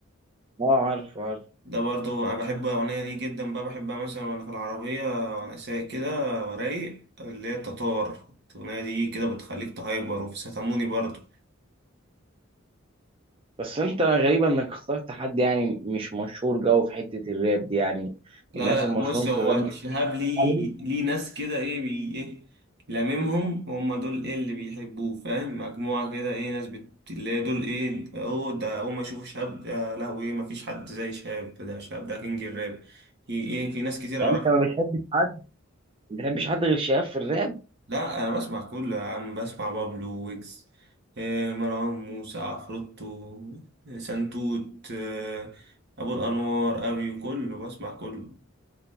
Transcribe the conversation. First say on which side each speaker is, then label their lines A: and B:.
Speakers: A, on the right; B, on the right.
A: اه عارف عارف
B: ده برضو انا بحب اغنيه ليه جدا بقى بحبها مثلا وانا في العربيه وانا سايق كده ورايق اللي هي التتار الاغنيه دي كده بتخليك تهايبر وفي ستاموني برضو
A: بس انت غريب انك اخترت حد يعني مش مشهور جو في حته الراب دي يعني
B: لا
A: الناس المشهورين
B: لا بص هو
A: في الراب مش
B: شهاب ليه
A: بتعلم
B: ليه ناس كده ايه بي ايه لاممهم هم دول ايه اللي بيحبوه فاهم مجموعة كده ايه ناس بت... اللي هي دول ايه اهو ده اول ما يشوفوا شهاب ده لهوي ايه مفيش حد زي شهاب ده شهاب ده كينج الراب في ايه في ناس كتير
A: يعني
B: اعرفها
A: انت ما بتحبش حد ما بتحبش حد غير شهاب في الراب
B: لا انا بسمع كله يا عم بسمع بابلو ويجز إيه مروان موسى عفروتو سنتوت إيه ابو الانوار ابي كله بسمع كله